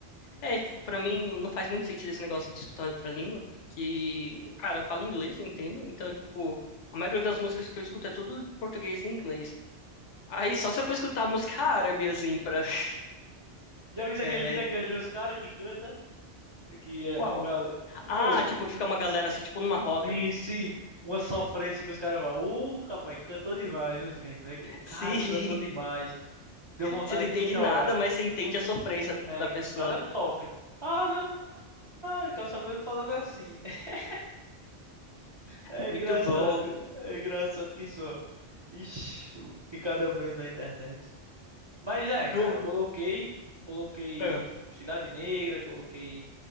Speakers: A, on the left (about 75°); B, on the right (about 45°).
A: É, tipo, pra mim não faz muito sentido esse negócio de escutar outra língua, porque, cara, eu falo inglês, entendo? Então, tipo, a maioria das músicas que eu escuto é tudo em português e inglês. Aí só se eu for escutar música árabe, assim, pra. <laughs>
B: Já viu
A: É,
B: aquele vídeo daqueles
A: tipo,
B: dois caras que canta? Que é
A: qual?
B: um galego. Tipo,
A: Ah, tipo, que fica uma galera assim, tipo, numa roda.
B: Sim, sim. Uma sofrência que os caras vão. Uh, rapaz, cantou demais os memes, né? Cara,
A: Sim,
B: cantou demais.
A: <laughs>
B: Deu vontade
A: você não entende
B: de chorar.
A: nada, mas você entende a sofrência do-
B: É
A: da
B: que
A: pessoa.
B: os caras sofrem. Ah, lá! Calça falando assim. <laughs> É
A: Muito
B: engraçado.
A: bom.
B: É engraçado que só. Ixi, o- de cada meme na internet. Mas é, cara,
A: Eu...
B: coloquei. Coloquei
A: É.
B: Cidade Negra, coloquei